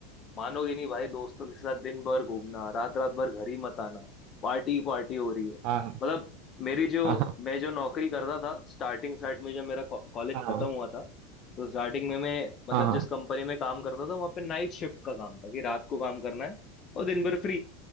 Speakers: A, on the left; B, on the right.
A: मानोगे नहीं भाई दोस्तों के साथ दिन भर घूमना रात रात भर घर ही मत आना पार्टी पार्टी हो रही है
B: हाँ हाँ
A: मतलब मेरी जो
B: हाँ
A: मैं जो नौकरी करता था स्टार्टिंग स्टार्ट में जब मेरा कॉलेज
B: हाँ
A: खत्म हुआ था तो स्टार्टिंग में मैं मतलब
B: हाँ हाँ,
A: जिस कंपनी में काम करता था वहाँ पे नाइट शिफ्ट का काम था कि रात को काम करना है और दिन भर फ्री